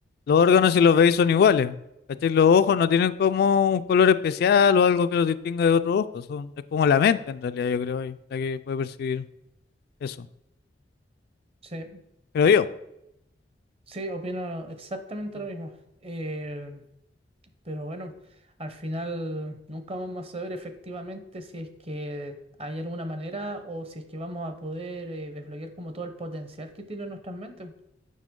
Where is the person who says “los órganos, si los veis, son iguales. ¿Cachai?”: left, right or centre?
Left